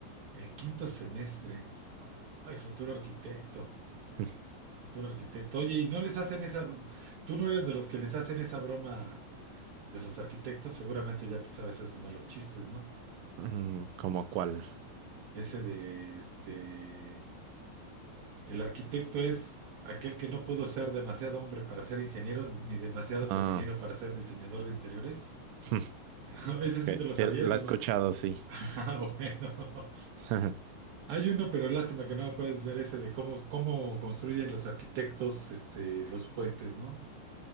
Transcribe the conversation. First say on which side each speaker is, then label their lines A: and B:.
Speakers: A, on the right (about 65°); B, on the right (about 85°).
A: El quinto semestre. Ay, futuro arquitecto,
B: <laughs>
A: futuro arquitecto. Oye, ¿y no les hacen esa, tú no eres de los que les hacen esa broma de los arquitectos? Seguramente ya te sabes esos malos chistes, ¿no?
B: Mm, ¿Cómo cuál?
A: Ese de, este, el arquitecto es aquel que no pudo ser demasiado hombre para ser ingeniero ni demasiado femenino
B: Ah,
A: para ser diseñador de interiores.
B: <laughs>
A: <laughs> ¿Ese sí
B: que-
A: te lo
B: que
A: sabías
B: la
A: o
B: he escuchado,
A: no? <laughs>
B: sí.
A: Ah, bueno.
B: <laughs>
A: Hay uno, pero lástima que no puedes ver ese de cómo, cómo construyen los arquitectos, este, los puentes, ¿no?